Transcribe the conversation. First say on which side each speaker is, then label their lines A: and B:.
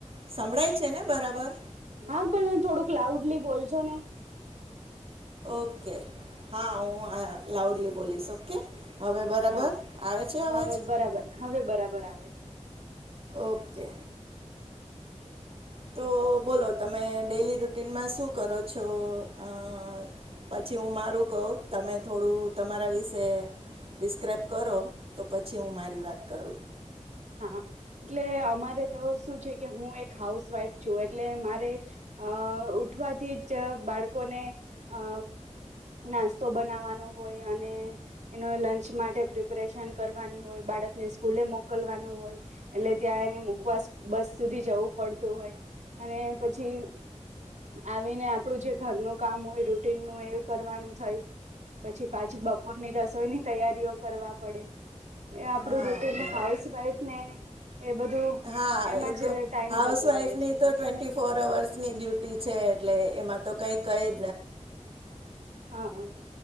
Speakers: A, on the right; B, on the right.
A: સંભળાય છે ને બરાબર.
B: હા પણ થોડુંક લાઉડલી બોલજો ને
A: ઓકે હા હું લાઉડલી બોલીશ ઓકે હવે બરાબર
B: હા
A: આવે છે અવાજ
B: હવે બરાબર હવે બરાબર આવે છે <unintelligible>
A: ઓકે તો બોલો તમે ડેલી રૂટીનમાં શું કરો છો. અ પછી હું મારું કહું તમે થોડું તમારા વિશે ડિસ્ક્રાઈબ કરો તો પછી હું મારી વાત કરું
B: હા એટલે અમારે તો શું છે કે હું એક હાઉસવાઈફ છું એટલે મારે અ ઉઠવાથી જ બાળકોને અ નાસ્તો બનાવાનો હોય અને એનો લંચ માટે પ્રિપરેશન કરવાની હોય બાળકને સ્કૂલે મોકલવાનું હોય એટલે ત્યાં એને મકવા બસ સુધી જવું પડતું હોય અને પછી આવીને આપણું જે ઘરનું કામ હોય રૂટીન નું એ કરવાનું થાય પછી પાછી બપોરની રસોઈની તૈયારીઓ કરવા પડે એ આપણું
A: હા
B: રૂટીન
A: બરાબર
B: હાઉસવાઈફ ને એ બધું
A: હા
B: એમાં
A: એ તો
B: જ ટાઈમ
A: હાઉસવાઈફની
B: જતો રહે છે
A: તો ટ્વેન્ટી ફોર અવર્સની ડ્યુટી છે એટલે એમાં ક ક હ
B: હા